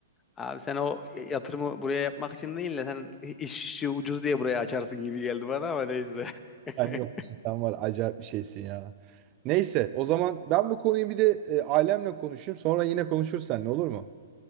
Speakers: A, on the left; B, on the right.
A: Abi sen o e, yatırımı buraya yapmak için değil de sen işi ucuz diye buraya açarsın gibi geldi bana ama neyse. <laughs>
B: Sen yok musun? sen var. Acayip bir şeysin ya. Neyse o zaman ben bu konuyu bir de e, ailemle konuşayım. Sonra yine konuşuruz seninle olur mu?